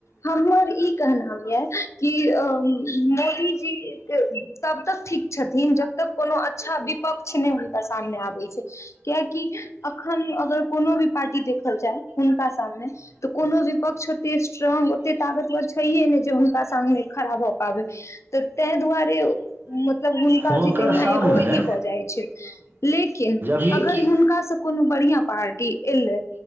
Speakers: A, on the left; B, on the right.
A: हमर ई कहनाम यऽ कि अ मोदीजी तब तक ठीक छथिन जब तक कोनो अच्छा विपक्ष नहि हुनका सामने आबैत छै कियाकि अखन अगर कोनो भी पार्टी देखल जाय हुनका सामने तऽ कोनो भी विपक्ष ओते स्ट्रोंग ओते ताकतवर छैेए नै जे हुनका सामनेे खड़ा भऽ पाबै तऽ तैं दुआरे मतलब हुनका
B: हुनकर
A: जिते एगो
B: सामने
A: अथी भऽ जाइत छै लेकिन
B: ई
A: अगर हुनकासँ कोनो बढ़ीयां पार्टी एलै